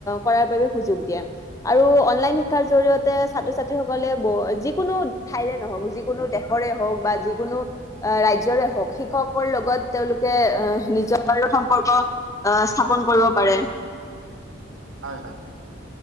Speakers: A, on the left; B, on the right.
A: কৰাৰ বাবে সুযোগ দিয়ে আৰু অনলাইন শিক্ষাৰ জৰিয়তে ছাত্ৰ ছাত্ৰীসকলে যিকোনো ঠাইৰে নহওঁক যিকোনো দেশৰে হওঁক বা যিকোনো ৰাজ্যৰে হওঁক শিক্ষকৰ লগত তেওঁলোকে আহ নিজৰ সম্পৰ্ক আহ স্থাপন কৰিব পাৰে।
B: হোম হয় হয়